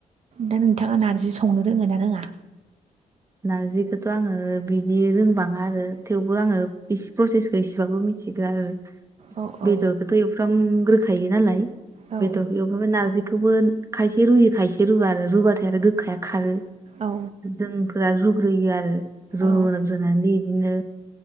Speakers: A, on the right; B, on the right.
A: दा नोंथाङा नारजि सं संनो रोङो ना रोङा
B: नारजिखौथ' आङो बिदि रोंबाङा आरो थेवबो आङो इसे प्रसेसखौ इसेबाबो मिथि गो आरो
A: औ
B: बेदरखौथ
A: औ
B: एवफ्राम ग्रोखायो नालाय
A: औ
B: बेदरखौ एवफ्रामबाय नारजि खौबो खायसे रुयो खायसे रुवा आरो रुबाथाय आरो गोखाया खारो
A: औ
B: जों रा रुग्रोयो आरो रुग्रोनानै
A: औ
B: बिदिनो